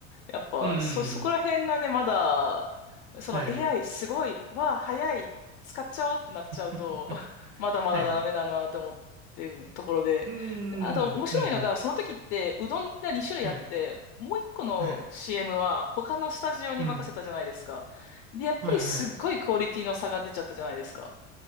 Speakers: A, on the left; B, on the right.
A: やっぱ、
B: うん。
A: そ、そこら辺がね、まだ、その
B: はいはい。
A: AI すごい、わあ、早い、使っちゃおうってなっちゃうと、
B: <laughs>
A: <laughs> まだまだダメだなと思ってるところで。
B: はいはい。うん。
A: あと、面白いのが、
B: うんうん。
A: その時って、うどんが2種類あって、
B: はい。
A: もう1個の
B: はい。
A: CM は他のスタジオに任せたじゃないですか。
B: うん。
A: で、やっぱりすっごいクオリティの差が出ちゃったじゃないですか。
B: はいはい。